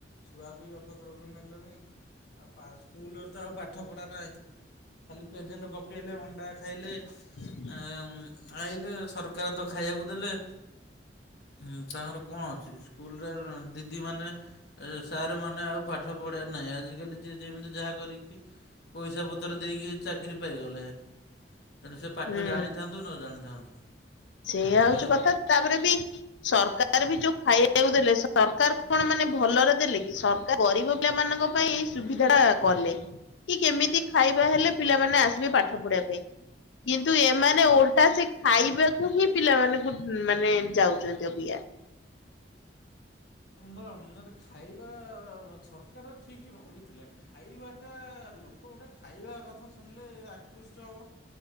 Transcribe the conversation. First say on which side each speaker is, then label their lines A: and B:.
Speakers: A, on the left; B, on the left.
A: ଛୁଆ ବି ଅପଦ୍ରକ ନେଲେଣି ଆଉ ପା ସ୍କୁଲରେ ତ ଆଉ ପାଠ ପଢ଼ା ନାଇଁ। ଖାଲି ପେଜେଣ୍ଟ ପକେଇଲେ ଅଣ୍ଡା ଖାଇଲେ।
B: ହୁଁ
A: ଏଁ ଆଇଲେ ସରକାର ତ ଖାଇବାକୁ ଦେଲେ। ହୁଁ ତାଙ୍କର କଣ ଅଛି ସ୍କୁଲରେ ଦିଦି ମାନେ ସାର୍ ମାନେ ଆଉ ପାଠ ପଢେଇବାର ନାହିଁ ଆଜିକାଲି ଜିଏ ଯେମିତି ଯାହା ଦେଇକି ପଇସା ପତ୍ର ଦେଇକି ଚାକିରି ପାଇଗଲେ ତାନେ ସେ ପାଠ
B: ହୁଁ
A: ଜାଣିଥାନ୍ତୁ ନ ଜାଣିଥାନ୍ତୁ।
B: ଏଇଆ
A: ହଁ
B: ହଉଛି କଥା ତାପରେ ବି ସରକାର ବି ଯଉ ଖାଇବାକୁ ଦେଲେ ସରକାର କଣ ମାନେ ଭଲରେ ଦେଲେ କି ସରକାର ଗରିବ ପିଲାମାନଙ୍କ ପାଇଁ ସୁବିଧା ଟା କଲେ କି କେମିତି ଖାଇବା ହେଲେ
A: ଆଉ
B: ପିଲାମାନେ ଆସିବେ ପାଠ ପଢିବା ପାଇଁ କିନ୍ତୁ ଏମାନେ ଓଲଟା ସେ ଖାଇବା ହିଁ ପିଲାମାନଙ୍କୁ ମାନେ ଯାଉଛନ୍ତି ଅବିକା।
A: ମାନେ ଖାଇବା ସରକାର ଠିକ୍ ଭାବିଥିଲା ଖାଇବାଟା ଲୋକ ଗୋଟେ ଖାଇବା କଥା ଶୁଣିଲେ ଆକୃଷ୍ଟ ହବ।